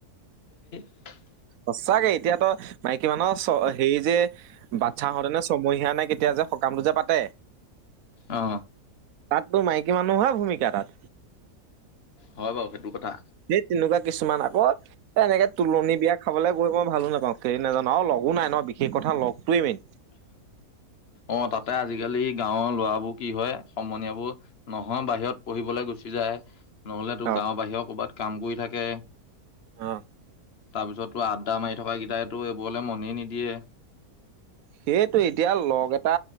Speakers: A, on the left; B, on the right.
A: <unintelligible>
B: সঁচাকে এতিয়াতো মাইকী মানুহৰ চ হেৰি যে বাচ্ছাহতে নে ছমহীয়া নে কেতিয়া যে সকামটো যে পাতে
A: অ
B: তাততো মাইকী মানুহে ভূমিকা কা তাত
A: হয় বাৰু সেইটো কথা
B: সেই তেনেকুৱা কিছুমান আকৌ এনেকে তুলনি বিয়াক খাবলৈ গৈ মই ভালো নাপাওঁ কেনি নাজানো আৰু লগো নাই নহ বিশেষ কথা লগটোৱে মেইন
A: অহ তাতে আজিকালি গাঁৱৰ ল'ৰাবোৰ কি হয় সমনীয়াবোৰ নহয় বাহিৰত পঢ়িবলৈ গুচি যায় নহ'লে তোৰ
B: অ
A: গাঁও বাহিৰে কবাত কাম কৰি থাকে
B: অ
A: তাৰপিছত আদ্দা মাৰি থকা কেইটাইটো এইবোৰলৈ মনে নিদিয়ে
B: সেইটো এতিয়া লগ এটা